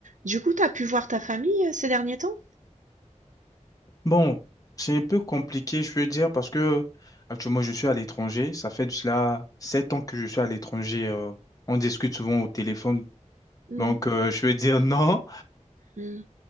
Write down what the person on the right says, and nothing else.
Du coup, t'as pu voir ta famille euh, ces derniers temps?
Hmm,
hmm,